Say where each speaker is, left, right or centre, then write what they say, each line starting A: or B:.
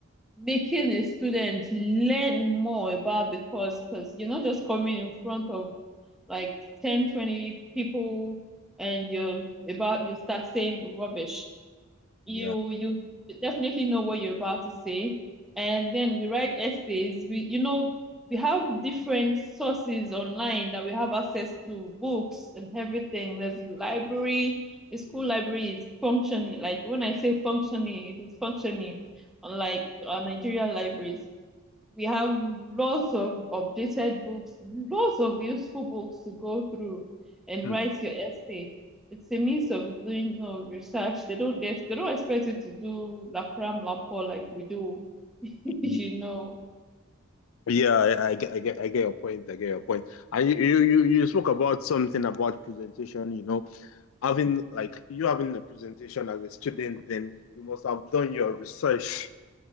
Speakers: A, in the centre; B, on the left (about 65°).
A: making a student learn more about the course because you're not just coming in front of like 10, 20 people and you're about you start saying rubbish you
B: Yeah.
A: you definitely know what you're about to say. And then we write essays. We you know we have different sources online that we have access to, books and everything. There's a library. The school
B: Mm.
A: library is functioning. Like when I say functioning, it is functioning, unlike uh, Nigerian libraries we have lots of updated books, lots of useful books to go through and
B: Mm.
A: write your essay. It's a means of doing, you know, research. They don't they, they don't expect you to do la cram la pour like we do, <laughs> you
B: Y-
A: know.
B: Yeah, I, I get I get I get your point. I get your point. And you, you you you spoke about something about presentation, you know. having like you having a presentation as a student, then you must have done your research